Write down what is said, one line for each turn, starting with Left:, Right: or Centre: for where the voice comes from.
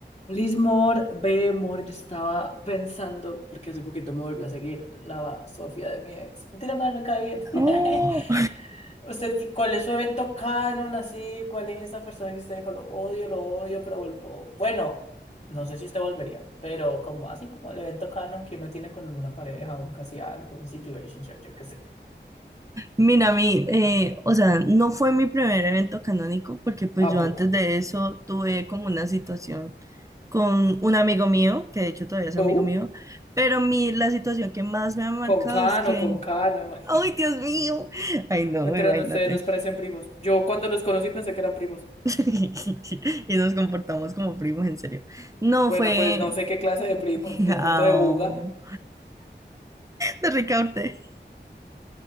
Left: Liz Moore, B. Moore, yo estaba pensando, porque hace poquito me volvió a seguir la Sofía de mi ex. Mentira, mal me cae bien. <laughs>
Right: Oh,
Left: ¿Usted, ti- cuál es su evento canon así? ¿Cuál es esa persona que usted dijo, lo odio, lo odio, pero vuelvo? Bueno, no sé si usted volvería, pero como así como el evento canon que uno tiene con alguna pareja, un casi algo, un situationship, yo qué sé.
Right: mira, a mí, eh, o sea, no fue mi primer evento canónico porque pues
Left: ¿A
Right: yo
Left: poco?
Right: antes de eso tuve como una situación con un amigo mío, que de hecho todavía es
Left: ¿Tú?
Right: amigo mío, pero mi, la situación que más me ha marcado
Left: Con Cano,
Right: es que,
Left: con Cano. <laughs>
Right: ¡ay, Dios mío! Ay, no,
Left: Mentira,
Right: imagínate.
Left: no, ustedes dos parecen primos. Yo cuando los conocí pensé que eran primos.
Right: <laughs> Y nos comportamos como primos, en serio. No
Left: Bueno,
Right: fue...
Left: pues no sé qué clase de primos,
Right: <laughs>
Left: de pronto
Right: Au,
Left: de buga.
Right: de Ricaurte.